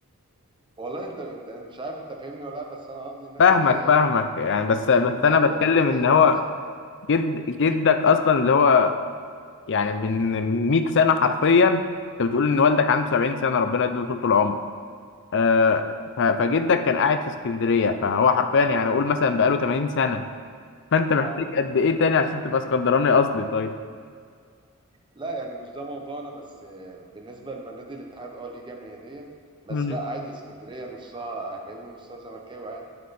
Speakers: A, on the right; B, on the left.
A: والله انت انت أنا مش عارف انت فاهمني ولا لا بس انا قصدي الناس
B: فاهمك
A: اللي هي
B: فاهمك
A: ايه
B: يعني بس بس
A: الموضوع
B: انا بتكلم
A: بيبقى جاي
B: ان هو
A: براسه
B: جد جدك اصلا اللي هو يعني من من 100 سنة حرفيا انت بتقول ان والدك عنده 70 سنة ربنا يديله طول العمر آه
A: يعني
B: ف- فجدك كان قاعد في اسكندرية فهو حرفيا يعني قول مثلا بقاله 80 سنة فانت محتاج
A: اه
B: قد ايه تاني عشان تبقى اسكندراني اصلي طيب
A: لا يعني مش ده موضوعنا بس آه، بالنسبة لنادي الاتحاد اه ليه جماهيرية بس
B: مم.
A: لا عادي اسكندرية نصها أهلاوي ونصها زملكاوي عادي